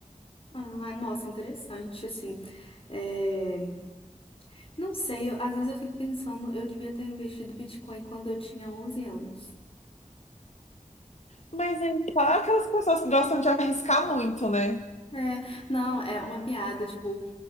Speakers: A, on the left (about 45°); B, on the left (about 60°).
A: Ah, nossa, interessante, assim. É, não sei, eu- às vezes eu fico pensando, eu devia ter investido Bitcoin quando eu tinha 11 anos.
B: Mas aí, claro, aquelas pessoas que gostam de arriscar muito, né?
A: É, não, é uma piada, tipo,